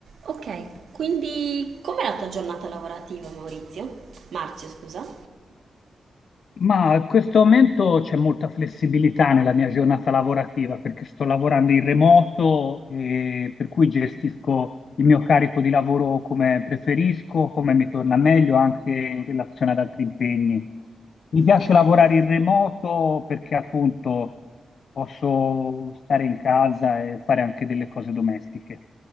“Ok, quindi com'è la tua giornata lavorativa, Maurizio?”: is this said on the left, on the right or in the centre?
Right